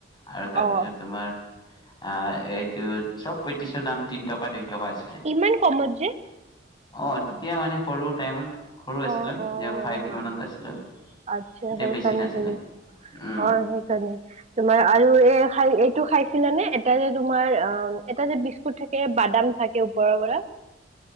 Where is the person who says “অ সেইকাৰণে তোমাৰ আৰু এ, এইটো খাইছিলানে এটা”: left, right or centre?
Right